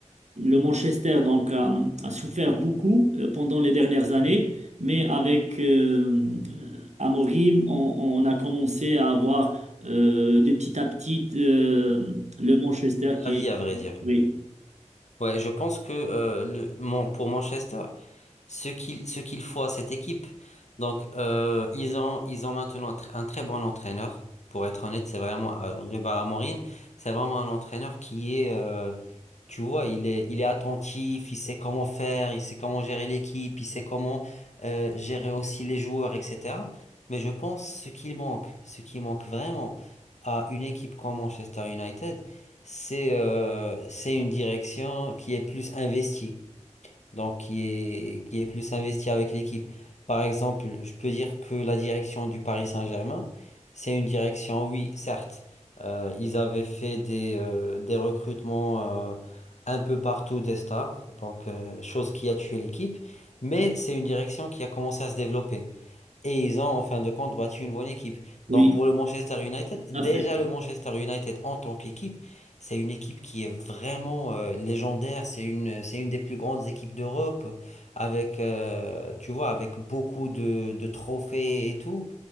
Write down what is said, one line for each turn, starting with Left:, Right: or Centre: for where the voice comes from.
Right: le Manchester donc a, a souffert beaucoup euh, pendant les dernières années, mais avec euh, euh, Amorim, on, on a commencé à avoir euh, de petit à petit euh, le Manchester
Left: La
Right: qui
Left: vie,
Right: est...
Left: à vrai dire.
Right: Oui,
Left: Ouais, je pense que euh, le, mon- pour Manchester, ce qu'il ce qu'il faut à cette équipe. Donc, euh, ils ont, ils ont maintenant un, tr- un très bon entraîneur. Pour être honnête, c'est vraiment euh, Ruben Amorim. C'est vraiment un entraîneur qui est, euh, tu vois, il est, il est attentif, il sait comment faire, il sait comment gérer l'équipe, il sait comment euh, gérer aussi les joueurs, etc. Mais je pense ce qu'il manque, ce qui manque vraiment à une équipe comme Manchester United, c'est euh, c'est une direction qui est plus investie donc qui est, qui est plus investi avec l'équipe. Par exemple, je peux dire que la direction du Paris Saint-Germain, c'est une direction, oui, certes, euh, ils avaient fait des, euh, des recrutements euh, un peu partout des stars, donc euh, chose qui a tué l'équipe, mais c'est une direction qui a commencé à se développer. Et ils ont en fin de compte battu une bonne équipe.
Right: oui,
Left: Donc pour le Manchester United, déjà
Right: tout à fait.
Left: le Manchester United en tant qu'équipe, c'est une équipe qui est vraiment euh, légendaire. C'est une, c'est une des plus grandes équipes d'Europe, avec, euh, tu vois, avec beaucoup de, de trophées et tout.